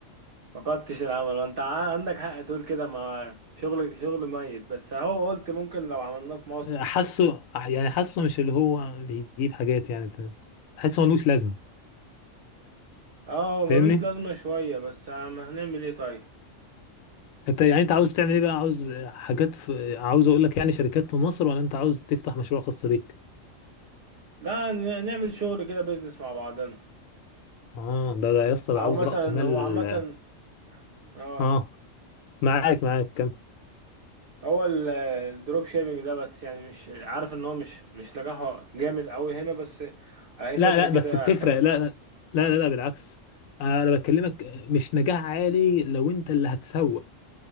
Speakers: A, on the right (about 55°); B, on the left (about 85°).
A: فقدتش الامل وانت ع- عندك حق تقول كده ما شغل شغل ميت بس اهو قلت ممكن لو عملناه في مصر
B: حاسه يعني حاسه مش اللي هو بيجيب حاجات يعني حاسه ملوش لازمه
A: اه ملوش
B: فاهمني
A: لازمة شوية بس عم- هنعمل ايه طيب
B: انت يعني انت عاوز تعمل ايه بقى عاوز حاجات في... عاوز اقول لك يعني شركات في مصر ولا انت عاوز تفتح مشروع خاص بيك
A: لا ن- نعمل شغل كده بيزنس مع بعضنا
B: اه ده ده يا اسطى ده
A: او
B: عاوز
A: مثلا
B: رأس مال
A: هو عامة اه
B: اه معاك معاك كم
A: هو ال- الدروب شيبينج ده بس يعني مش عارف ان هو مش مش نجاحه جامد قوي هنا بس هي
B: لا
A: فكرة
B: لا
A: كده
B: بس بتفرق
A: حلوة
B: لا لا لا لا, لا بالعكس انا أنا بكلمك مش نجاح عالي لو انت اللي هتسوق